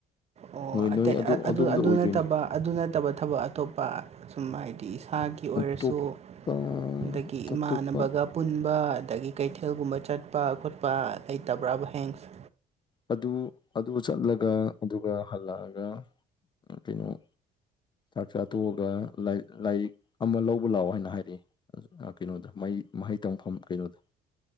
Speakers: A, on the right (about 40°); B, on the left (about 25°).
A: ꯑꯣ
B: ꯅꯣꯏ ꯅꯣꯏ
A: ꯑꯇꯩ ꯑꯗꯨ
B: ꯑꯗꯣꯝꯗ
A: ꯑꯗꯨ
B: ꯑꯣꯏꯗꯣꯏꯅꯤ
A: ꯅꯠꯇꯕ ꯑꯗꯨ ꯅꯠꯇꯕ ꯊꯕꯛ ꯑꯇꯣꯞꯄ ꯁꯨꯝ ꯍꯥꯏꯗꯤ ꯗꯤ ꯏꯁꯥꯒꯤ ꯑꯣꯏꯔꯁꯨ
B: ꯑꯇꯣꯞꯄ
A: ꯑꯗꯥꯒꯤ
B: ꯑꯇꯣꯞꯄ
A: ꯏꯃꯥꯟꯅꯕꯒ ꯄꯨꯟꯕ ꯑꯗꯥꯒꯤ ꯀꯩꯊꯦꯜꯒꯨꯝꯕ ꯆꯠꯄ ꯈꯣꯠꯄ ꯂꯩꯇꯕ꯭ꯔꯥꯕ ꯍꯌꯦꯡꯁ
B: ꯑꯗꯨ ꯑꯗꯨ ꯆꯠꯂꯒ ꯑꯗꯨꯒ ꯍꯜꯂꯛꯑꯒ ꯀꯩꯅꯣ ꯆꯥꯛ ꯆꯥ ꯇꯣꯛꯑꯒ ꯂꯥꯏ ꯂꯥꯏꯔꯤꯛ ꯑꯃ ꯂꯧꯕ ꯂꯥꯛꯑꯣ ꯍꯥꯏꯅ ꯍꯥꯏꯔꯛꯑꯦ ꯑꯁ ꯑꯥ ꯀꯩꯅꯣꯗ ꯃꯩ ꯃꯍꯩ ꯇꯝꯐꯝ ꯀꯩꯅꯣꯗ